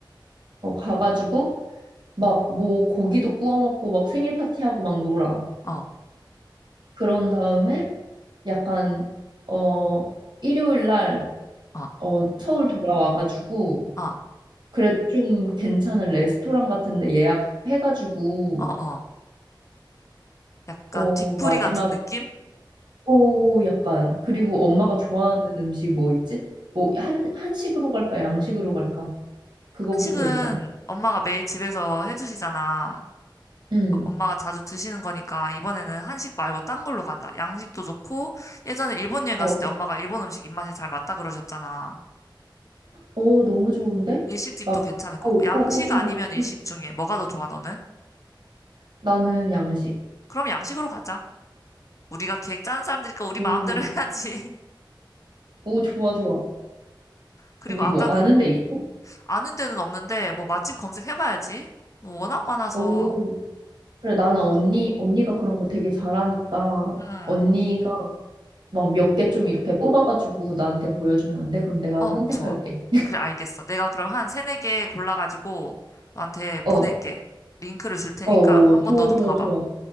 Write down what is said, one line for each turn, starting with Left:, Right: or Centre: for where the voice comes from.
Right: 어, 가가지고, 막, 뭐, 고기도 구워 먹고, 막 생일 파티하고 막 놀아.
Left: 어,
Right: 그런 다음에, 약간, 어, 일요일 날,
Left: 아,
Right: 어, 서울 돌아와가지고,
Left: 아,
Right: 그래도 좀 괜찮은 레스토랑 같은데 예약해가지고
Left: 어, 어. 약간
Right: 어
Left: 뒤풀이
Right: 마지막
Left: 같은 느낌?
Right: 오 약간 그리고
Left: 음.
Right: 엄마가 좋아하는 음식 뭐 있지? 뭐 한 한식으로 갈까 양식으로 갈까? 그거부터
Left: 한식은
Right: 일단
Left: 엄마가 매일 집에서 해주시잖아.
Right: 음.
Left: 어, 엄마가 자주 드시는 거니까 이번에는 한식 말고 딴 걸로 가자. 양식도 좋고 예전에 일본 여행
Right: 어.
Left: 갔을 때 엄마가 일본 음식 입맛에 잘 맞다 그러셨잖아.
Right: 어 너무 좋은데?
Left: 일식집도
Right: 막
Left: 괜찮을 것
Right: 오오
Left: 같고 양식
Right: 오오
Left: 아니면 일식 중에 뭐가 더 좋아 너는?
Right: 나는 양식.
Left: 그럼 양식으로 가자. 우리가 계획 짠 사람들이니까 우리
Right: 오.
Left: 마음대로 <laughs> 해야지.
Right: 오 좋아 좋아.
Left: 그리고
Right: 언니
Left: 아까
Right: 뭐 아는
Left: 그
Right: 데 있어?
Left: 아는 데는 없는데 뭐 맛집 검색해봐야지. 워낙 많아서.
Right: 오. 그래 나는 언니 언니가 그런 거 되게 잘하니까
Left: 음.
Right: 언니가 막 몇 개 좀 이렇게 뽑아가지고 나한테 보여주면 안 돼? 그럼 내가
Left: 어,
Right: 선택할게.
Left: 좋아. 그래, 알겠어. 내가 그럼 한 세네 개 골라가지고 너한테 보낼게.
Right: 어,
Left: 링크를 줄 테니까
Right: 어, 어,
Left: 한
Right: 좋아,
Left: 번 너도
Right: 좋아,
Left: 봐봐.
Right: 좋아.